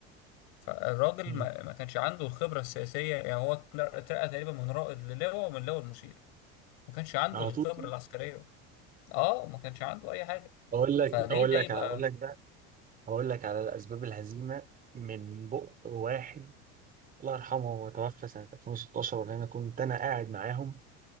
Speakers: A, on the left; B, on the right.
A: فالراجل
B: مم.
A: ما, ما كانش عنده الخبرة السياسية يعني هو اتنر- اترقى تقريبا من رائد للواء ومن لواء لمشير ما كانش عنده
B: على
A: الخبرة
B: طول كده؟
A: العسكرية اه ما كانش عنده أي حاجة
B: اقول لك
A: فليه
B: اقول
A: ده
B: لك
A: يبقى
B: اقول لك بقى اقول لك على الاسباب الهزيمه من بق واحد الله يرحمه هو توفى سنه 2016 وانا كنت انا قاعد معاهم